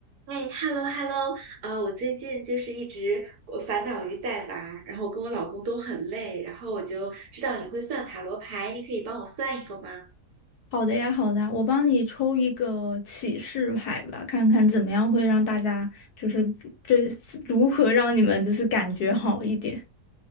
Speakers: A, on the right; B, on the left.
A: 哎，hello hello，呃，我最近就是一直我烦恼于带娃，然后我跟我老公都很累，然后我就知道你会算塔罗牌，你可以帮我算一个吗？
B: 好的呀，好的呀，我帮你抽一个启示牌吧，看看怎么样会让大家就是这如何让你们就是感觉好一点。